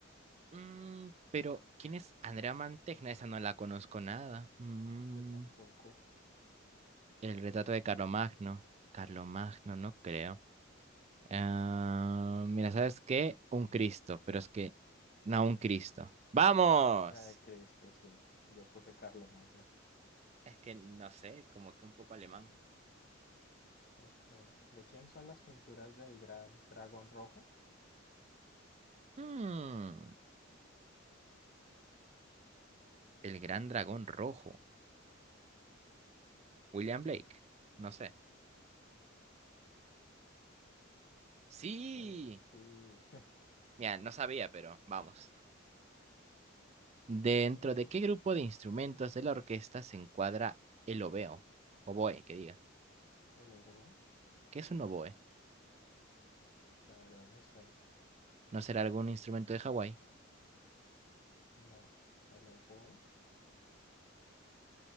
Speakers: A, on the right; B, on the left.
A: Mm, pero, ¿quién es Andrea Mantegna? Esa no la conozco nada. Mm,
B: Yo tampoco.
A: El retrato de Carlomagno. Carlomagno, no creo. Ah, mira, ¿sabes qué? Un Cristo, pero es que no un Cristo. ¡Vamos!
B: Ay, Cristo, sí. Yo puse Carlomagno.
A: Es que no sé, como que un poco alemán.
B: Ok. ¿De quién son las pinturas del gran dragón rojo?
A: Mm, el gran dragón rojo. William Blake. No sé. Sí.
B: Eh, sí.
A: Mira, no sabía, pero vamos. ¿Dentro
B: Ok.
A: de qué grupo de instrumentos de la orquesta se encuadra el obeo? Oboe, que diga.
B: El oboe.
A: ¿Qué es un oboe?
B: La verdad no sé.
A: ¿No será algún instrumento de Hawái?
B: No. El oboe,